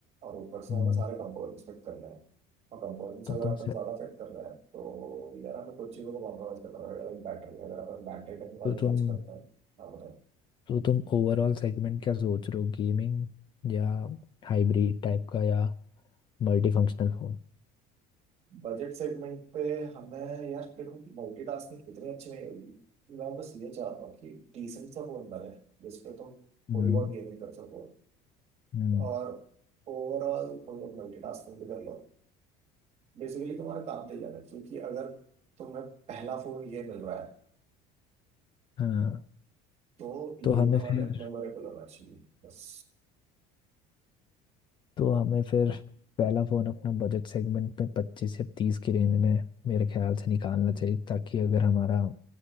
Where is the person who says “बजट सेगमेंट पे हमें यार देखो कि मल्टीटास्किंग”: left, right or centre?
Right